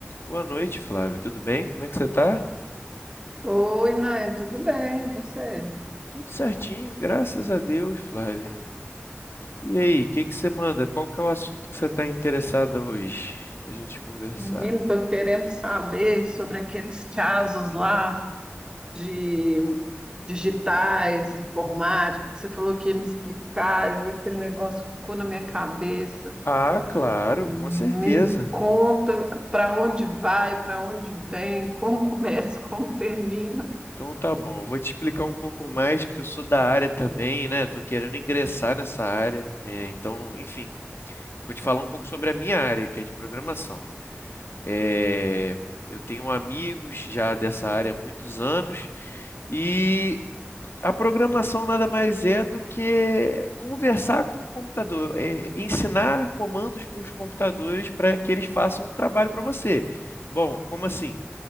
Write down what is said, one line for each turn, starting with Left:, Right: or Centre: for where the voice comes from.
Left: Boa noite, Flávio. Tudo bem? Como é que você tá?
Right: Oi, Raia, tudo bem? E Você?
Left: Tudo certinho, graças a Deus, Flávio. E aí, o que que você manda? Qual que é o assunto que você está interessada hoje a gente conversar?
Right: Menino, estou querendo saber sobre aqueles casos lá de digitais, informática. Você falou que ia me explicar e aquele negócio ficou na minha cabeça.
Left: Ah, claro,
Right: Me
Left: com certeza.
Right: conta para onde vai, para onde vem, como começa, <laughs> como termina.
Left: Então tá bom, eu vou te explicar um pouco mais, porque eu sou da área também, né? Tô querendo ingressar nessa área. É, então, enfim, vou te falar um pouco sobre a minha área, que é de programação. É, eu tenho amigos já dessa área há muitos anos. E A programação nada mais é do que conversar com o computador, é, ensinar comandos para os computadores para que eles façam um trabalho para você. Bom, como assim?